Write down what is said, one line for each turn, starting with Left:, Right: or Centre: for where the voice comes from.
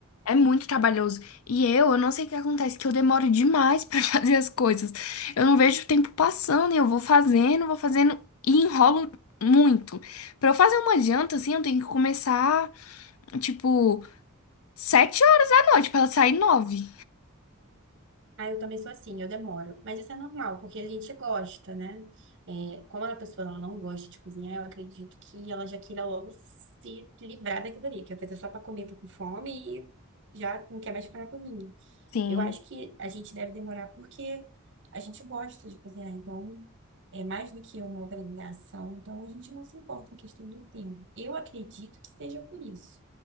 Left: É muito trabalhoso. E eu, eu não sei o que acontece, que eu demoro demais <laughs> pra fazer as coisas. Eu não vejo o tempo passando e eu vou fazendo, vou fazendo e enrolo muito. Pra eu fazer uma janta, assim, eu tenho que começar, tipo, sete horas da noite pra ela sair nove.
Right: Ah, eu também sou assim, eu demoro. Mas isso é normal, porque a gente gosta, né? É, como a pessoa ela não gosta de cozinhar, eu acredito que ela já queira logo se livrar daquilo ali, que às vezes é só para comer, tá com fome e já não quer mais ficar na cozinha.
Left: Sim.
Right: Eu acho que a gente deve demorar porque a gente gosta de cozinhar, então é mais do que uma obrigação, então a gente não se importa com questão do tempo. Eu acredito que seja por isso.